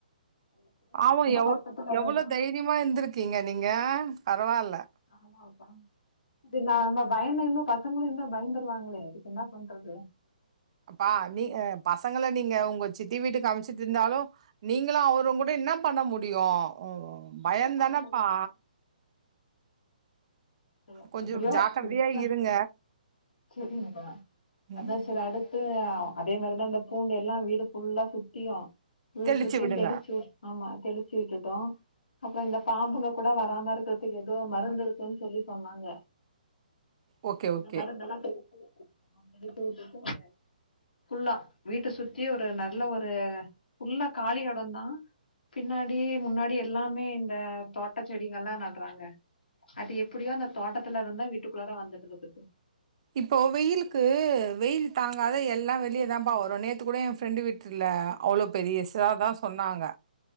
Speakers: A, on the right; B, on the left.
A: ஆமா எவ
B: பக்கத்துல இருந்துதா
A: எவ்ளோ தைரியமா இருந்திருக்கீங்க நீங்க பரவாயில்ல
B: ஆமாப்பா இது நாங்க பயந் இன்னு பசங்களு இன்னு பயந்துருவாங்களே இதுக்கு என்னா பண்றது
A: அப்பா நீ பசங்கள நீங்க உங்க சித்தி வீட்டுக்கு அமச்சிட்டு இருந்தாலு நீங்களு அவரு கூட என்ன பண்ண முடியு பயம்தானேப்பா
B: ஒண்ணு பண்ண முடியாது சரி
A: கொஞ்சோ
B: எப்டியோ
A: ஜாக்கிரதையா
B: கொடுத்தா
A: இருங்க.
B: சரிங்கப்பா
A: ம்
B: அத சரி அடுத் அது அதே மாரி தா இந்த பூண்டு எல்லா வீடு ஃபுல்லா சுத்தியு வீடு
A: தெளிச்சு
B: சுத்தின்னு
A: விடுங்க.
B: தெளிச்சு ஆமா தெளிச்சு விட்டுட்டோ அப்பறோ இந்த பாம்புங்க கூட வராமா இருக்குறதுக்கு ஏதோ மருந்து இருக்குன்னு சொல்லி சொன்னாங்க
A: ஓகே,
B: அந்த
A: ஓகே.
B: மருந்தெல்லா தெளிச்சு ஆ எடுத்துட்டுட்டு புல்லா வீட்ட சுத்தி ஒரு நல்ல ஒரு ஃபுல்லா காளி எடோ தா பின்னாடி முன்னாடி எல்லாமே இந்த தோட்ட செடிங்கள்லா நட்றாங்க அது எப் அது எப்டியோ தோட்டத்துல இருந்துதா வீட்டுக்குள்ளார வந்துடுது
A: இப்போ வெயிலுக்கு வெயில் தாங்காத எல்லா வெளியே தா பா வரு நேத்து கூட என் ஃப்ரெண்டு வீட் ல அவ்ளோ பெரிய சா தா சொன்னாங்க